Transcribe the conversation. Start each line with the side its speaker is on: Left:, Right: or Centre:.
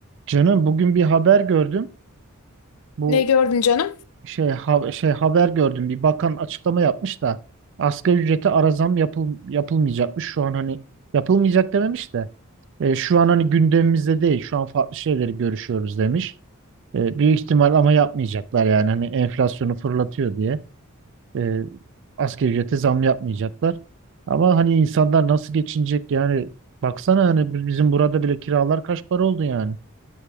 Right: Canım bugün bir haber gördüm. Bu
Left: Ne gördün canım?
Right: şey ha- şey haber gördüm. Bir bakan açıklama yapmış da asgari ücrete ara zam yapıl yapılmayacakmış. Şu an hani yapılmayacak dememiş de e, şu an hani gündemimizde değil. Şu an farklı şeyleri görüşüyoruz demiş. E, büyük ihtimal ama yapmayacaklar yani hani enflasyonu fırlatıyor diye. E, asgari ücrete zam yapmayacaklar. Ama hani insanlar nasıl geçinecek yani baksana hani biz- bizim burada bile kiralar kaç para oldu yani.